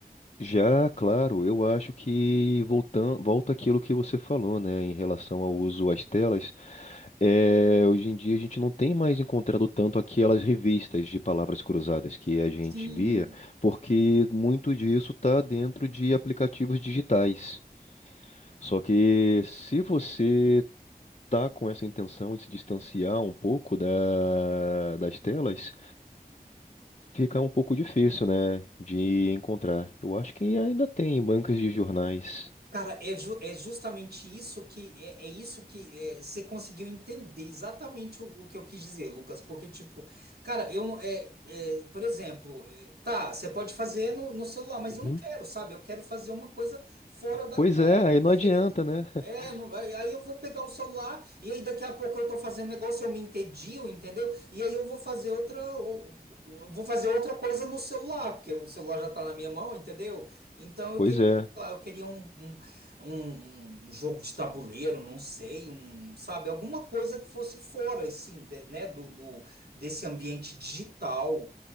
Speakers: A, on the left; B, on the right.
A: Já, claro, eu acho que voltando, volta aquilo que você falou, né, em relação ao uso às telas. É, hoje em dia a gente não tem mais encontrado tanto aquelas revistas de palavras cruzadas que a gente
B: Sim,
A: via, porque muito disso está dentro de aplicativos digitais. Só que se você tá com essa intenção de se distanciar um pouco da- das telas, Fica um pouco difícil, né, de encontrar. Eu acho que ainda tem bancas de jornais.
B: Cara, é, ju- é justamente isso que é, é isso que é, você conseguiu entender exatamente o, o que eu quis dizer, Lucas. Porque, tipo, cara, eu não é, é, por exemplo, é, tá, você pode fazer no, no celular, mas eu
A: Uhum.
B: não quero, sabe? Eu quero fazer uma coisa fora da
A: Pois
B: tela.
A: é, aí não adianta, né? <laughs>
B: É, não vai. Aí eu vou pegar o celular e aí daqui a pouco eu tô fazendo negócio, eu me entedio, entendeu? E aí eu vou fazer outra, o- o- vou fazer outra coisa no celular, porque o celular já tá na minha mão, entendeu? Então eu
A: Pois
B: queria,
A: é.
B: sei lá, eu queria um, um, um- um jogo de tabuleiro, não sei, um, sabe, alguma coisa que fosse fora, assim, de- né, do, do desse ambiente digital.